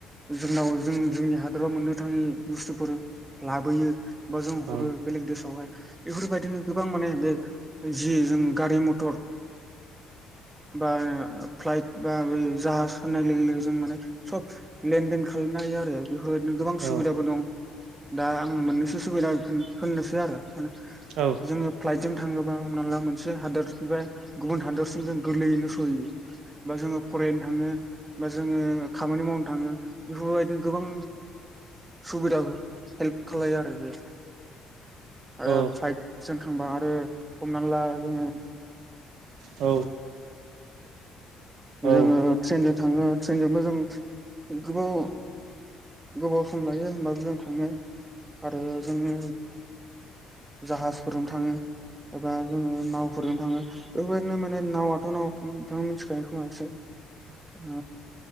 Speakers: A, on the right; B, on the right.
A: जोंनाव जों जोंनि हादराव मोननो थाङि बुस्थुफोर लाबोयो बा जों
B: औ
A: हरो बेलेग देसावहाय, बेफोरबायदिनो गोबां माने बे जि जों गारि मथर बा फ्लाइट बा जाहाज होननाय लोगो लोगो जों माने सब लेनदेन खालामनो हायो आरो। बेफोरबायदिनो गोबां सुबिदाबो
B: औ
A: दं। दा आं मोननैसो सुबिदा होननोसो आरो
B: औ
A: जोङो फ्लाइटजों थाङोबा, हमना ला मोनसे हादरनिफ्राय गुबुन हादरसिम जों गोरलैयैनो सहैयो। बा जोङो फरायनो थाङो, बा जोङो खामानि मावनो थाङो बेफोरबायदिनो गोबां सुबिदा हेल्प खालायो आरो बे ओफाइटजों
B: औ
A: खांबा, आरो हमनानै ला जोङो
B: औ औ
A: जोङो ट्रेनजों थाङो ट्रेनजोंबो जों गोबाव गोबाव सम लायो होमबाबो जों थाङो आरो जोनो जाहाजफोरजों थाङो एबा जोङो नावफोरजों थाङो, बेफोरबायदिनो माने नावाथ' नाव नोंथांङा मिथि खायो। ओ